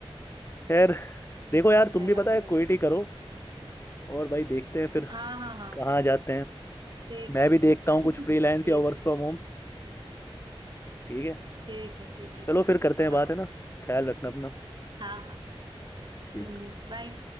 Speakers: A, on the left; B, on the right.
A: खैर
B: हम्म,
A: देखो यार
B: मिल जाएगा
A: तुम भी पता
B: मिल
A: है
B: जाएगा
A: क्विट ही करो और भाई देखते हैं फिर
B: हाँ हाँ हाँ
A: कहाँ जाते हैं
B: ठीक
A: मैं
B: है
A: भी देखता हूँ कुछ
B: <laughs>
A: फ्रीलांस
B: ठीक
A: या वर्क
B: है
A: फ्रॉम होम ठीक है
B: ठीक है ठीक है
A: चलो फिर करते हैं
B: हाँ
A: बात है ना ख्याल रखना अपना
B: हाँ हाँ
A: ठीक
B: तुम भी बाय